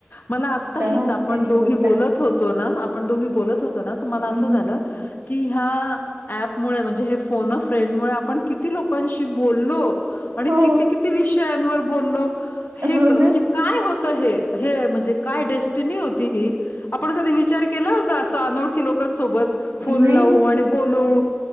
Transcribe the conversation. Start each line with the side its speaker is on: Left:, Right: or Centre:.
Left: मला
Right: सहजतेनी
Left: हेच आपण दोघी
Right: बोलता.
Left: बोलत होतो ना आपण दोघी बोलत होतो ना तर मला असं
Right: हं,
Left: झालं कि ह्या ऍपमुळं म्हणजे हे फोन अ फ्रेंडमुळे आपण किती लोकांशी बोललो. आणि
Right: हो
Left: किती किती विषयांवर बोललो हे
Right: हो
Left: म्हणजे
Right: ना
Left: काय होतं हे? हे म्हणजे काय डेस्टिनी होती ही, आपण कधी विचार केला होता असा आनोळखी लोकांसोबत फोन
Right: नाही
Left: लावू
Right: ना
Left: आणि बोलू